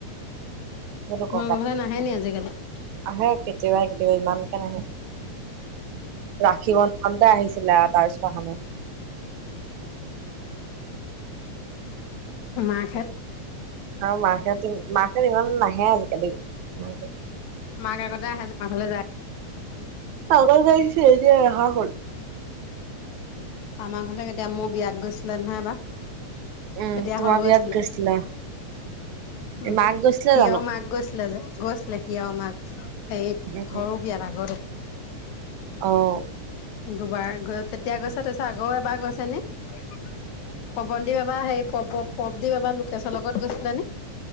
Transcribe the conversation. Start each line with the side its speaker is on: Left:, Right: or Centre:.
Right: সেইটো
Left: তোমাৰ
Right: ককাই
Left: ঘৰলে নাহে আজিকালি?
Right: আহে কেতিয়াবাই-কেতিয়াবা ইমানকে নাহে, ৰাখী বন্ধনতে আহিছিলে আৰু- তাৰপিছত অহা নাই।
Left: মাক হেত?
Right: আৰু মাক হেতি, মাক হেতি ইমান নাহে আজিকালি। নাহে।
Left: মাক আগতে আহে আমাৰফালে যায়।
Right: আগতে আহিছিলে এতিয়া নহা হ'ল।
Left: মামাৰ ঘৰলে কেতিয়া মোৰ বিয়াত গৈছিলে নহয় এবাৰ।
Right: উম
Left: তেতিয়া
Right: তোমাৰ
Left: সৰু
Right: বিয়াত
Left: আছিলে।
Right: গৈছিলা
Left: উম-হুম,
Right: মাক গৈছিলে
Left: সি
Right: জানো?
Left: আৰু মাক গৈছিলে যে, গৈছিলে সি আৰু মাক। এই
Right: উম
Left: সৰু বিয়াত আগতে।
Right: অঁ।
Left: দুবাৰ গৈ, তেতিয়াই গৈছে তাৰপিছত আকৌ এবাৰ গৈছে নে? প্ৰৱনন্দী এবাৰ সেই প-প্ৰবদ্বীপ এবাৰ লোকেশ্বৰ লগত গৈছিলে নে?